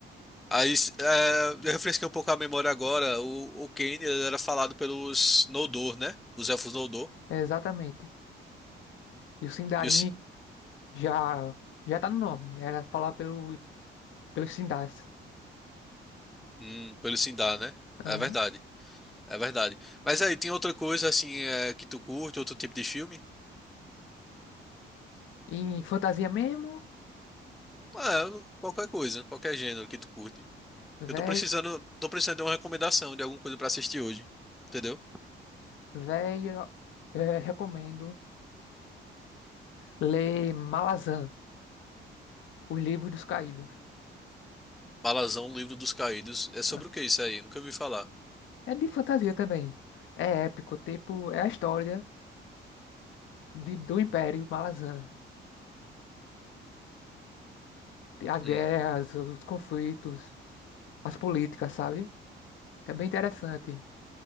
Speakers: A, in the centre; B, on the left.
A: Aí eh, eu refresquei um pouco a memória agora, o, o Kane ele era falado pelos Noldor, né? Os elfos Noldor
B: é exatamente. E o Sindarin
A: e os,
B: já, já tá no nome, era falado pelo, pelos Sindars.
A: hum, pelo Sindar, né?
B: Aham.
A: É verdade, é verdade. Mas aí, tem outra coisa assim eh, que tu curte, outro tipo de filme?
B: E em fantasia mesmo,
A: Ah, eu- qualquer coisa, qualquer gênero que tu curte.
B: velho,
A: Eu tô precisando, tô precisando de uma recomendação de alguma coisa pra assistir hoje, entendeu?
B: velho, é, recomendo ler Malazan, Os Livros dos Caídos.
A: Balazão, Livro dos Caídos, é sobre
B: Ah,
A: o que isso aí? Eu nunca ouvi falar.
B: É de fantasia também. É épico, tipo, é a história de, do Império Malazan. As guerras,
A: Hum.
B: os conflitos, as políticas, sabe? É bem interessante.